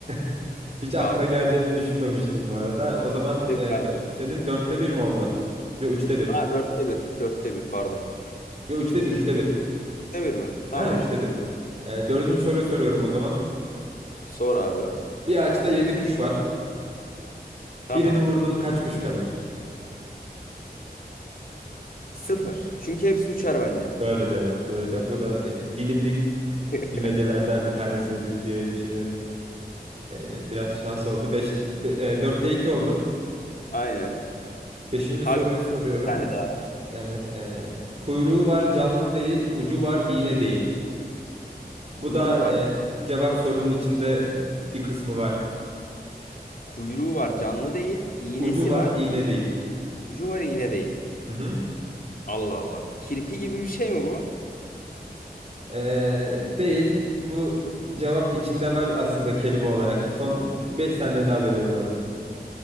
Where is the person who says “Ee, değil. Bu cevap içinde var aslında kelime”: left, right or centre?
Right